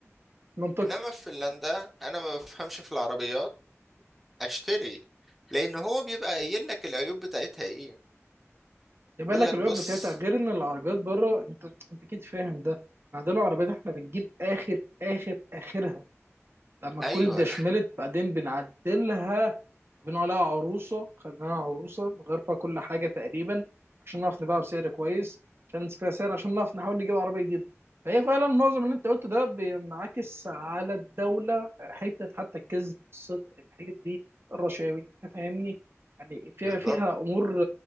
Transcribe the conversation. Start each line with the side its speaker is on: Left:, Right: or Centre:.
Right: منطقي
Centre: انما في فنلندا انا ما بفهمش في العربيات اشتري لان هو بيبقى قايل لك العيوب بتاعتها ايه
Right: يبقى
Centre: بيقول
Right: لك
Centre: لك
Right: الويب
Centre: بص
Right: بتاعتها غير ان العربيات بره انت انت اكيد فاهم ده بعدين العربيات احنا بنجيب اخر اخر اخرها لما
Centre: ايوه
Right: تكون اتدشملت بعدين بنعدلها بنقول عليها عروسه خليناها عروسه نغير فيها كل حاجه تقريبا عشان نعرف نبيعها بسعر كويس عشان نسكرها سعر عشان نعرف نحاول نجيب عربيه جديده فهي فعلا معظم اللي انت قلته ده بينعكس على الدوله حته حتى الكذب الصدق الحاجات دي الرشاوي انت فاهمني يعني فيها
Centre: <laughs> بالظبط
Right: فيها امور